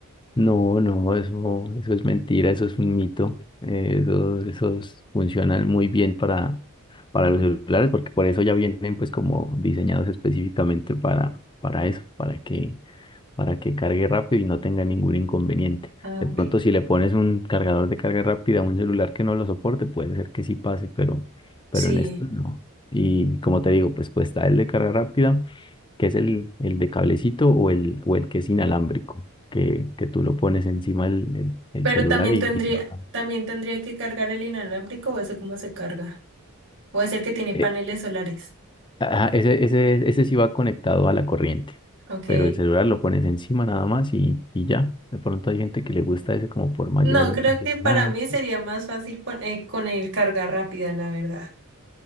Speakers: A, on the left (about 20°); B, on the right (about 55°).
A: No, no, eso, eso es mentira, eso es un mito. Eh, eso- esos funcionan muy bien para, para los celulares, porque por eso ya vienen pues como diseñados específicamente para, para eso, para que, para que cargue rápido y no tenga ningún inconveniente.
B: Ah,
A: De
B: ok.
A: pronto, si le pones un cargador de carga rápida a un celular que no lo soporte, puede ser que sí pase, pero, pero
B: Sí.
A: en esto no. Y como te digo, pues pues está el de carga rápida que es el, el de cablecito o el, o el que es inalámbrico, que, que tú lo pones encima del el, el
B: Pero
A: celular
B: también
A: y,
B: tendría,
A: y te lo cambia.
B: también tendría que cargar el inalámbrico o ese cómo se carga. O es el que tiene paneles
A: Eh,
B: solares.
A: ajá, ese, ese, ese sí va conectado a la corriente,
B: Ok.
A: pero el celular lo pones encima nada más y, y ya. De pronto hay gente que le gusta ese como por mayor
B: No, creo
A: facilidad.
B: que para mí sería más fácil pon- eh, con el carga rápida, la verdad.